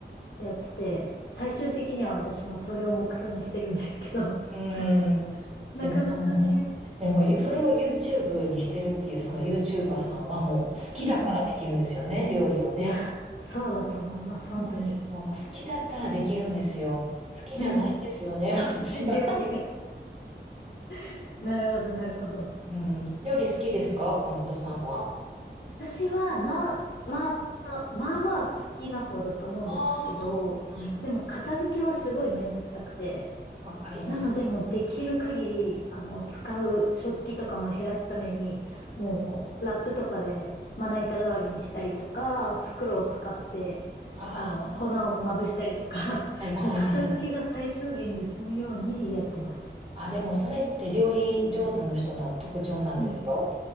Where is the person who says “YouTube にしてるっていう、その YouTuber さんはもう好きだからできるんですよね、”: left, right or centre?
Right